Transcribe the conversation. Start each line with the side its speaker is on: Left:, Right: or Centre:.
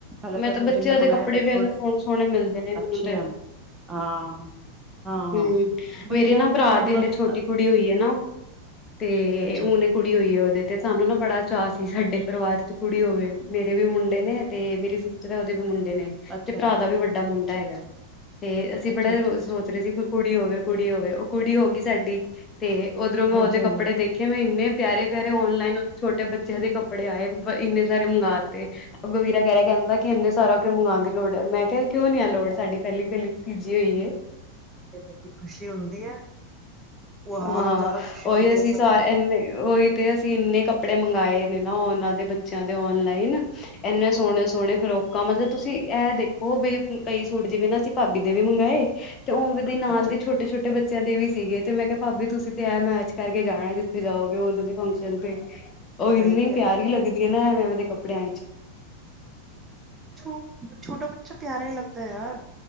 Right: ਹਾਲੇ
Left: ਮੈਂ
Right: ਤੱਕ
Left: ਤਾਂ
Right: ਹੁਣ
Left: ਬੱਚਿਆਂ
Right: ਜਿੰਨੇ ਮੰਗਵਾਏ
Left: ਦੇ ਕੱਪੜੇ
Right: ਟੱਚਵੁਡ
Left: ਵੀ ਇੰਨੇ ਸੋਹਣੇ ਸੋਹਣੇ ਮਿਲਦੇ ਨੇ
Right: ਅੱਛੇ
Left: ਮੈਨੂੰ ਤੇ।
Right: ਆ ਹਾਂ। ਹਾਂ ਹਾਂ
Left: ਹੂੰ
Right: ਬੱਚਿਆਂ
Left: ਮੇਰੇ ਨਾ
Right: ਨੇ
Left: ਭਰਾ
Right: ਤਾਂ ਬਹੁਤ
Left: ਦੇ ਹਲੇ
Right: ਮਸਤ
Left: ਛੋਟੀ ਕੁੜੀ ਹੋਈ ਏ ਨਾ ਤੇ
Right: ਅੱਛਾ।
Left: ਹੁਣੇ। ਕੁੜੀ ਹੋਈ ਹੈ ਉਹਦੇ ਤੇ ਸਾਨੂੰ ਨਾ ਬੜਾ ਚਾਅ ਸੀ ਸਾਡੇ ਪਰਿਵਾਰ 'ਚ ਕੁੜੀ ਹੋਵੇ ਮੇਰੇ ਵੀ ਮੁੰਡੇ ਨੇ ਤੇ ਮੇਰੀ। ਉਹਦੇ ਵੀ ਮੁੰਡੇ ਨੇ
Right: ਅੱਛਾ
Left: ਤੇ ਭਰਾ
Right: ਅੱਛਾ
Left: ਦਾ ਵੀ ਵੱਡਾ ਮੁੰਡਾ ਹੈਗਾ
Right: ਅੱਛਾ ਅੱਛਾ
Left: ਤੇ ਅਸੀਂ
Right: ਅੱਛਾ
Left: ਬੜਾ
Right: ਅੱਛਾ
Left: ਸੋਚ। ਰਹੇ ਸੀ। ਕੁੜੀ ਹੋਵੇ, ਕੁੜੀ ਹੋਵੇ, ਉਹ ਕੁੜੀ ਹੋ ਗਈ ਸਾਡੀ ਤੇ ਓਧਰੋਂ
Right: ਹਾਂਜੀ
Left: ਉਹਦੇ ਕੱਪੜੇ
Right: ਹਾਂਜੀ।
Left: ਦੇਖ। ਦੇਖੇ ਮੈਂ ਇੰਨੇ ਪਿਆਰੇ ਪਿਆਰੇ ਔਨਲਾਈਨ ਉਹਦੇ ਛੋਟੇ ਬੱਚਿਆਂ ਦੇ ਕੱਪੜੇ ਆਏ ਇੰਨੇ। ਸਾਰੇ ਮੰਗਾਂ ਤੇ ਅੱਗੋਂ ਵੀਰਾਂ। ਵਿਚਾਰਾ ਕਹਿੰਦਾ ਕਿ ਇੰਨੇ ਸਾਰਾ ਕਿਉਂ ਮੰਗਵਾਉਣ ਦੀ ਲੋੜ ਹੈ ਮੈਂ ਕਿਹਾ ਕਿਉਂ ਨੀ ਐ ਲੋੜ ਸਾਡੀ ਪਹਿਲੀ ਪਹਿਲੀ ਭਤੀਜੀ ਹੋਈਏ।
Right: ਤੇ ਖੁਸ਼ੀ ਹੁੰਦੀ ਹੈ। ਭੂਆਵਾਂ
Left: ਹਾਂ
Right: ਨੂੰ ਜ਼ਿਆਦਾ ਖੁਸ਼ੀ ਹੁੰਦੀ
Left: ਉਹੀ ਅਸੀਂ
Right: ਹੈ ਸਗੋਂ।
Left: ਸਾਰੇ। ਇੰਨੇ ਉਹੀ ਤੇ ਅਸੀਂ ਇੰਨੇ ਕੱਪੜੇ ਮੰਗਵਾਏ ਨੇ ਨਾ ਉਹਨਾਂ ਦੇ ਬੱਚਿਆਂ ਦੇ ਔਨਲਾਈਨ। ਇੰਨੇ ਸੋਹਣੇ ਸੋਹਣੇ ਫਰੋਕ। ਕੰਮ ਤੇ ਤੁਸੀਂ ਇਹ ਦੇਖੋ ਵੀ ਕਈ ਸੂਟ ਜਿਵੇਂ ਨਾ ਅਸੀਂ ਭਾਬੀ ਦੇ ਵੀ ਮੰਗਵਾਏ ਤੇ ਉਹ। ਦੇ ਨਾਲ
Right: ਅੱਛਾ
Left: ਦੇ
Right: ਅੱਛਾ
Left: ਛੋਟੇ ਛੋਟੇ ਬੱਚਿਆਂ ਦੇ ਵੀ ਸੀਗੇ ਤੇ ਮੈਂ ਕਿਹਾ। ਭਾਬੀ ਤੁਸੀਂ ਤੇ ਇਹ ਮੈਚ ਕਰਕੇ ਜਾਣਾ ਜਿੱਥੇ ਜਾਓਗੇ ਹੁਣ ਤੁਸੀਂ ਫੰਕਸ਼ਨ ਤੇ।
Right: ਤੇ
Left: ਉਹ ਇੰਨੀ
Right: ਹੈ ਹੀ
Left: ਪਿਆਰੀ
Right: ਹੈ
Left: ਲੱਗਦੀ ਹੈ ਨਾ ਮੈਂ ਐਵੇਂ ਐਵੇਂ ਦੇ ਕੱਪੜਿਆਂ ਵਿੱਚ।
Right: ਛੋ ਛੋਟਾ ਬੱਚਾ ਪਿਆਰਾ ਹੀ ਲੱਗਦੈ ਯਾਰ।